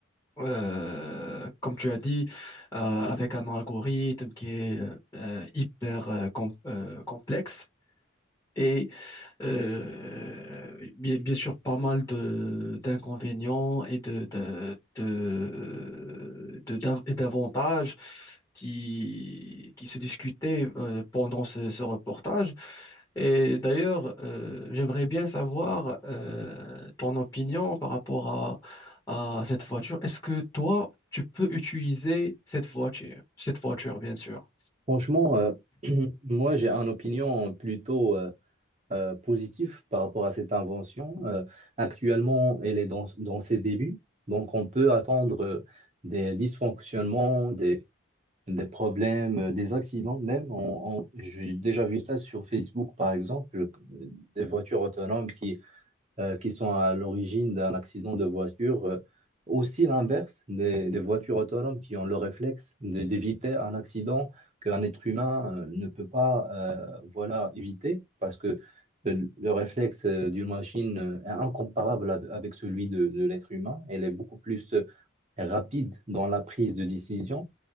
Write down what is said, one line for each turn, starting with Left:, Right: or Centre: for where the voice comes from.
Left: euh, comme tu as dit, euh, avec un algorithme qui est euh, hyper euh, com- euh, complexe, et euh, bien, bien sûr, pas mal de d'inconvénients et de, de, de, de- d'av- et d'avantages qui, qui se discutaient euh, pendant ce, ce reportage. Et d'ailleurs, euh, j'aimerais bien savoir euh, ton opinion par rapport à cette voiture. Est-ce que toi, tu peux utiliser cette voiture? Cette voiture, bien sûr.
Right: Franchement, euh, <clears throat> moi, j'ai une opinion plutôt euh, euh, positive par rapport à cette invention. Euh, actuellement, elle est dans, dans ses débuts, donc on peut attendre euh, des dysfonctionnements, des problèmes, euh, des accidents même. On- on- j'ai déjà vu ça sur Facebook, par exemple, euh, des voitures autonomes qui, euh, qui sont à l'origine d'un accident de voiture. euh, aussi l'inverse, des, des voitures autonomes qui ont le réflexe de- d'éviter un accident qu'un être humain euh, ne peut pas euh, voilà, éviter parce que le, le réflexe euh, d'une machine euh, est incomparable av- avec celui de, de l'être humain. Elle est beaucoup plus... euh, rapide dans la prise de décision.